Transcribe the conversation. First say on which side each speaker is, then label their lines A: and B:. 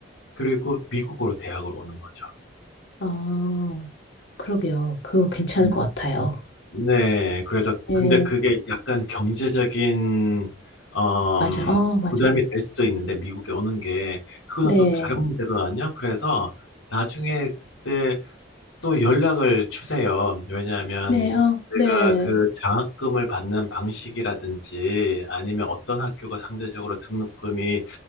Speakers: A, on the left; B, on the left.
A: 그리고 미국으로 대학을 오는 거죠.
B: 아, 그러게요. 그거 괜찮을
A: 음.
B: 것 같아요.
A: 네. 그래서
B: 네.
A: 근데 그게 약간 경제적인 엄
B: 맞아. 어, 맞아요.
A: 부담이 될 수도 있는데 미국에 오는 게 그거는
B: 네,
A: 또 다른 문제거든요. 그래서 나중에 그때 또 연락을 주세요. 왜냐하면
B: 네, 아,
A: 제가
B: 네.
A: 그 장학금을 받는 방식이라든지 아니면 어떤 학교가 상대적으로 등록금이